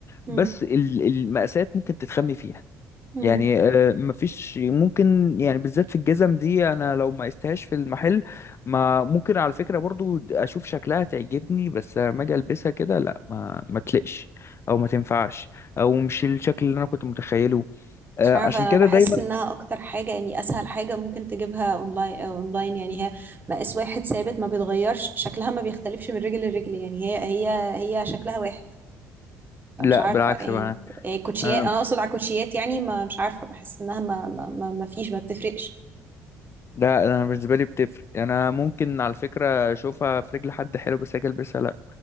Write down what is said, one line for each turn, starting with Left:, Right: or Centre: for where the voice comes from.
Right: مم.
Left: بس ال- المقاسات ممكن تتخمي فيها
Right: مم.
Left: يعني آه، مفيش ممكن يعني بالذات في الجزم دي انا لو ما قستهاش في المحل ما ممكن على فكره برضو اشوف شكلها تعجبني بس لما اجي البسها كده لا ما ما تلقش او ما تنفعش او مش الشكل اللي انا كنت متخيله آه،
Right: مش عارفه
Left: عشان
Right: انا
Left: كده
Right: بحس
Left: دايما
Right: انها اكتر حاجه يعني اسهل حاجه ممكن تجيبها اونلاين آه، اونلاين يعني هي مقاس واحد ثابت ما بيتغيرش شكلها ما بيختلفش من رجل لرجل يعني هي هي هي شكلها واحد فمش
Left: لا
Right: عارفة
Left: بالعكس
Right: يعني
Left: بقى
Right: إيه كوتشيات
Left: آه،
Right: أنا أقصد على كوتشيات يعني ما مش عارفة بحس إنها ما ما ما, ما فيش ما بتفرقش
Left: لا انا بالنسبه لي بتفرق يعني انا ممكن على فكره اشوفها في رجل حد حلو بس اجي البسها لا